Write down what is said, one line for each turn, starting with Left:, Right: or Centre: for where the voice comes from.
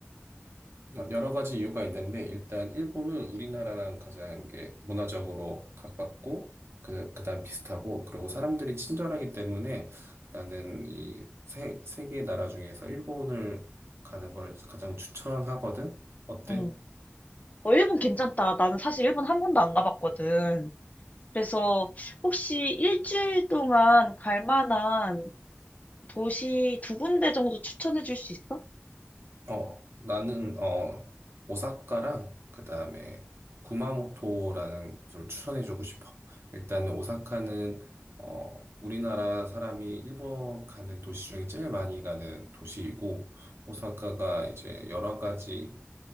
Right: 어, 여러 가지 이유가 있는데 일단 일본은 우리나라랑 가장 이게 문화적으로 가깝고 그 그다음 비슷하고 그리고 사람들이 친절하기 때문에 나는 이세 세 개의 나라 중에서 일본을 가는 걸 가장 추천하거든. 어때?
Left: 응. 어, 일본 괜찮다. 나는 사실 일본 한 번도 안 가봤거든. 그래서 혹시 일주일 동안 갈 만한 도시 두 군데 정도 추천해 줄 수 있어?
Right: 어, 나는, 어, 오사카랑, 그 다음에, 구마모토라는 곳을 추천해주고 싶어. 일단, 오사카는, 어, 우리나라 사람이 일본 가는 도시 중에 제일 많이 가는 도시이고, 오사카가 이제 여러 가지,